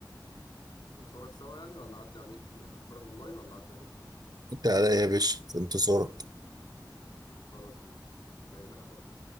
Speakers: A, on the left; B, on the right.
A: نتفرج سوا يعني ولا اعدي عليك يعني نتفرج اونلاين ولا اعدي عليك
B: انت عليا يا باشا في انتظارك
A: خلاص ماشي جاي لك على طول